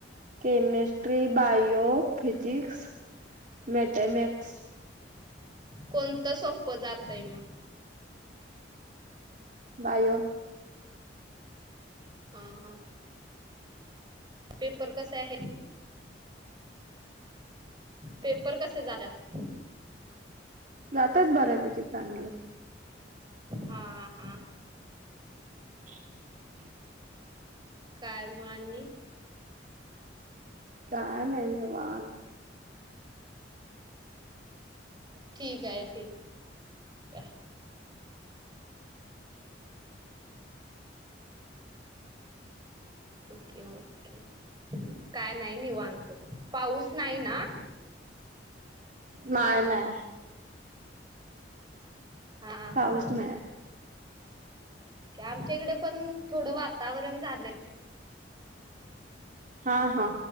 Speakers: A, on the right; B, on the right.
A: केमिस्ट्री ट्री बायो फिजिकिक्स मॅथॅमिक्स
B: कोणतं सोप्पं जातय मग
A: बायो.
B: हा हा पेपर कसे आहे. पेपर कसे जातात.
A: जातच बऱ्यापैकी चांगलं.
B: हा हा.
A: <unintelligible>
B: काय मानी
A: काय नाही निवांत.
B: ठीक आहे ठीक. आहे ओके ओके काय नाही निवांत पाऊस नाही ना.
A: नाही नाही.
B: हा
A: पाऊस
B: हा
A: नाही.
B: आमच्या इकडे पण थोडं वातावरण झालं.
A: हा हा.